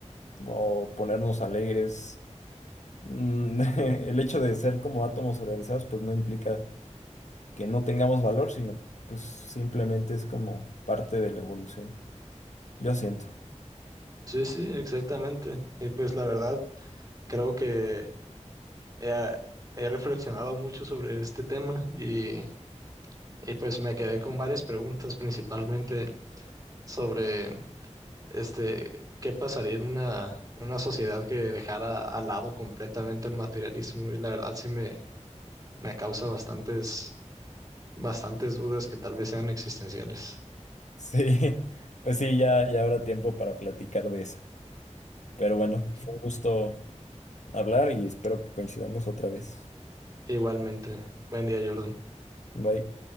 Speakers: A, on the left; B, on the right.
A: o ponernos alegres. Mm, <laughs> El hecho de ser como átomos organizados, pues no implica que no tengamos valor, sino pues simplemente es como parte de la evolución. Yo siento.
B: Sí, sí, exactamente. Y pues la verdad, creo que he, he reflexionado mucho sobre este tema y, y pues me quedé con varias preguntas, principalmente sobre este, qué pasaría en una, una sociedad que dejara al lado completamente el materialismo y la verdad sí me, me causa bastantes, bastantes dudas que tal vez sean existenciales.
A: Sí, <laughs> pues sí, ya, ya habrá tiempo para platicar de eso. Pero bueno,
B: Ujú.
A: fue un gusto hablar y espero que coincidamos otra vez.
B: Igualmente, buen día, Jordan.
A: Bye.